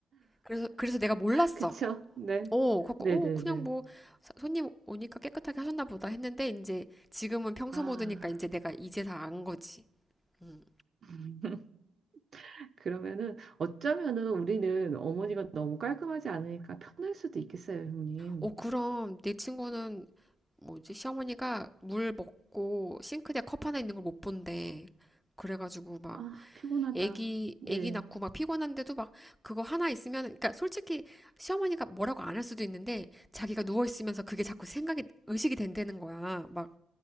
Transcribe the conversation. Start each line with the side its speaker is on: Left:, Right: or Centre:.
Centre: 그래서, 그래서 내가 몰랐어.
Right: 그쵸? 네.
Centre: 어, 갖고,
Right: 네네네.
Centre: 어, 그냥 뭐, 사- 손님 오니까 깨끗하게 하셨나 보다 했는데, 이제 지금은 평소
Right: 아,
Centre: 모드니까 이제 내가 이제 다 안 거지. 음.
Right: <laughs> 그러면은 어쩌면은 우리는 어머니가 너무 깔끔하지 않으니까 편할 수도 있겠어요, 형님.
Centre: 어, 그럼 내 친구는 뭐지, 시어머니가 물 먹고 싱크대 컵 하나 있는 걸 못 본대. 그래가지고 막
Right: 아, 피곤하다.
Centre: 애기
Right: 네.
Centre: 애기 낳고 막 피곤한데도 막 그거 하나 있으면 그러니까 솔직히 시어머니가 뭐라고 안 할 수도 있는데 자기가 누워 있으면서 그게 자꾸 생각이 의식이 된다는 거야. 막